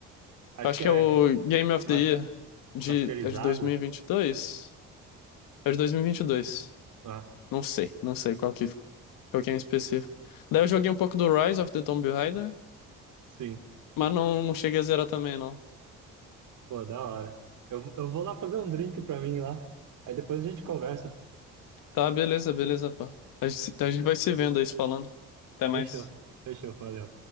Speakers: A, on the right; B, on the left.
A: Acho
B: Acho
A: que
B: que
A: é
B: é o Game of
A: mas-
B: the Year de,
A: masterizado?
B: é de 2022? É de 2022.
A: Ah,
B: Não sei, não sei qual que, qual que é em específico. Daí eu joguei um pouco do Rise of the Tomb Raider,
A: sim.
B: mas não, não cheguei a zerar também, não.
A: Pô, da hora. Eu, eu vou lá fazer um drink pra mim lá. Aí depois a gente conversa.
B: Tá, beleza, beleza, pá. A gente, se- a gente vai se vendo aí, se falando. Até mais.
A: Fechou, fechou, valeu.